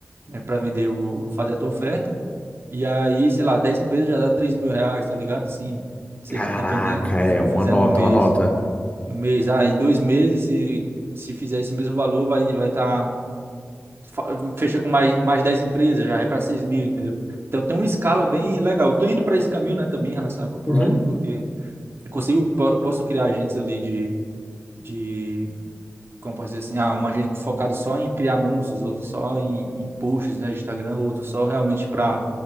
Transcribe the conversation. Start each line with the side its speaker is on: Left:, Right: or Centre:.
Right: né, para vender o, fazer a tua oferta. E aí, sei lá, 10 empresas já dá três mil reais, tá ligado? Assim, sei
Left: Caraca,
Right: lá, dependendo
Left: é
Right: se tu
Left: uma
Right: fizer
Left: nota,
Right: no mês.
Left: uma nota.
Right: No mês, ah, em dois meses, se, se fizer esse mesmo valor, vai vai tá, fa- fecha com mais, mais 10 empresas, já é para 6 mil, entendeu? Então tem uma escala bem legal. Eu tô indo para esse caminho, né, também em relação ao copyright,
Left: Uhum.
Right: porque eu consigo, po- posso criar agentes ali de de como posso dizer assim, ah, um agente focado só em criar anúncios, outro só em, em posts, né, de Instagram, outro só realmente para